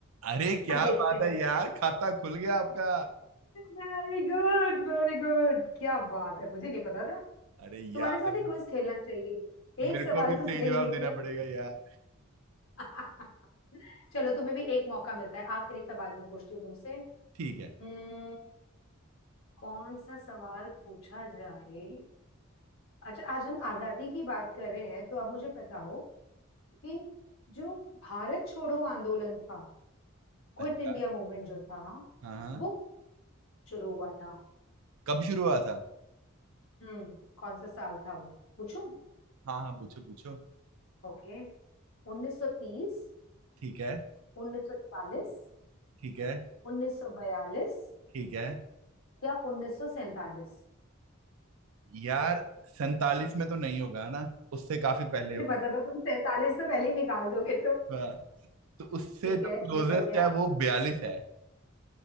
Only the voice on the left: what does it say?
अब देखते
हैं
मैं
वेरी गुड वेरी गुड क्या बात है मुझे नहीं पता था
तुम्हारे
साथ ही क्विज खेलना चाहिए एक
सवाल
तो सही
निकला
<laughs> चलो तुम्हें भी एक मौका मिलता है आखिरी सवाल मैं पूछती हूँ तुमसे
हम्म,
कौन सा सवाल पूछा जाए अच्छा आज हम आजादी की बात कर रहे हैं तो आप मुझे बताओ कि जो भारत छोड़ो आंदोलन था क्विट
इंडिया मूवमेंट जो था
वो शुरू हुआ था
हम्म कौन सा साल था वो पूछूं
ओके 1930
1940
1942
या 1947
मुझे
पता था तुम 47 तो पहले ही निकाल दोगे तुम
<laughs>
ठीक
है
निकल गया